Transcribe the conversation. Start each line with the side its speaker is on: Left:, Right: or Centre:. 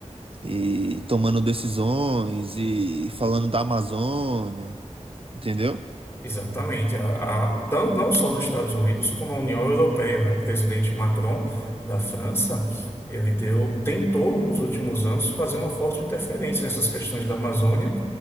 Right: e tomando decisões e falando da Amazônia, entendeu?
Left: Exatamente. A, a- tan- não só os Estados Unidos, como a União Europeia, né? O presidente Macron da França, ele deu, tentou nos últimos anos fazer uma forte interferência nessas questões da Amazônia,